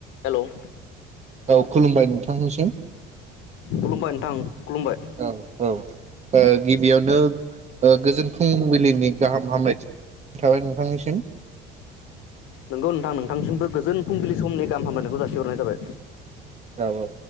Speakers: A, on the left; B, on the right.
A: हेलोव
B: औ खुलुमबाय नोंथांनिसिम।
A: खुलुमबाय नोंथां। खुलुमबाय
B: औ औ ओह गिबियावनो ओह गोजोन फुंबिलिनि गाहाम हामलायथि थाबाय नोंथां निसिम
A: नोंगौ नोंथां नोंथांसिमबो गोजोन फुंबिलिसमनि गाहाम हामलायनायखौ जासिहरनाय जाबाय।
B: औ औ